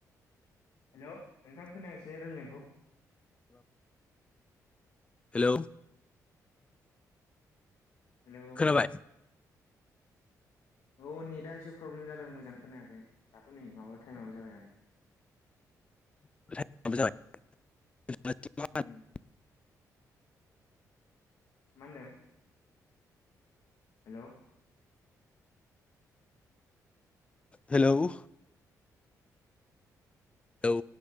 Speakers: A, on the left; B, on the left.
A: हेलौ नोंथां खोनायासै रायलायनायखौ।
B: Hello
A: hello.
B: <inaudible>
A: औ नेटआ एसे प्रब्लेम जादों मोजां खोनायाखै दाथ' नै माबा टाइमाबो जाबाय आरो।
B: <unintelligible>
A: उम मा होनदों? Hello
B: hello. औ